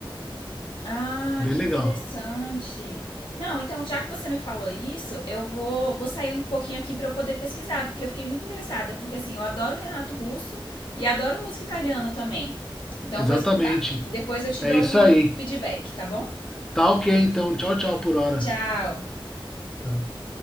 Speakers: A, on the left; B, in the centre.
A: Ah,
B: Bem
A: que
B: legal.
A: interessante. Não, então já que você me falou isso, eu vou, vou sair um pouquinho aqui para eu poder pesquisar, porque eu fiquei muito interessada, porque assim, eu adoro Renato Russo e adoro música italiana também. Então
B: Exatamente.
A: eu vou escutar. E depois eu te
B: É
A: dou
B: isso aí.
A: um feedback, tá bom?
B: Tá ok, então. Tchau, tchau por hora.
A: Tchau.
B: Tá.